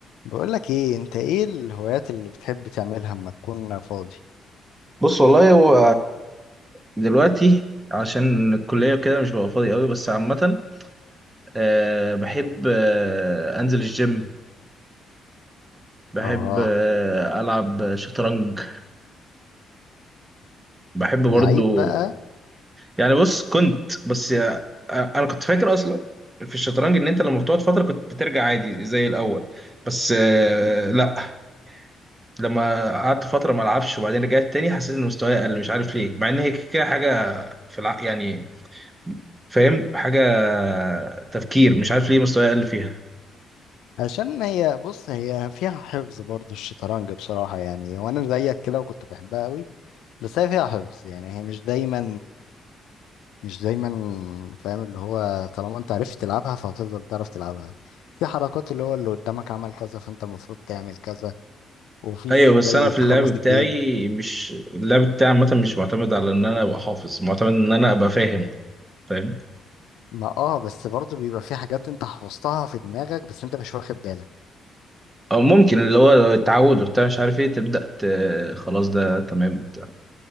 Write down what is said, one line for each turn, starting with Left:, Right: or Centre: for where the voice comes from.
Left: بقولك ايه انت ايه الهوايات اللي بتحب تعملها اما تكون فاضي
Right: بص والله هو دلوقتي عشان الكلية وكده مش ببقى فاضي قوي بس عامة آه، بحب آه، أنزل الجيم بحب
Left: اه
Right: آه، ألعب شطرنج بحب برضو
Left: لعيب بقى
Right: يعني بص كنت بس آه، أنا كنت فاكر أصلا في الشطرنج إن أنت لما بتقعد فترة كنت بترجع عادي زي الأول بس آه، لأ لما قعدت فترة ما ألعبش وبعدين رجعت تاني حسيت إن مستواي أقل مش عارف ليه مع إن هي كده حاجة في الع... يعني فاهم حاجة تفكير مش عارف ليه مستواي أقل فيها
Left: عشان هي بص هي فيها حفظ برضو الشطرنج بصراحة يعني وانا زيك كده وكنت بحبها قوي بس هي فيها حفظ يعني هي مش دايما مش دايما فاهم اللي هو طالما انت عرفت تلعبها فهتفضل تعرف تلعبها في حركات اللي هو اللي قدامك عمل كذا فانت المفروض تعمل كذا وفي
Right: أيوة بس
Left: زي
Right: أنا في
Left: تخلص
Right: اللعب بتاعي
Left: الجيم
Right: مش اللعب بتاعي عامة مش معتمد على إن أنا أبقى حافظ معتمد إن أنا أبقى فاهم فاهم
Left: ما اه بس برضو بيبقى في حاجات انت حفظتها في دماغك بس انت مش واخد بالك
Right: أو ممكن اللي هو التعود وبتاع مش عارف إيه تبدأ ت... خلاص ده تمام بتاع.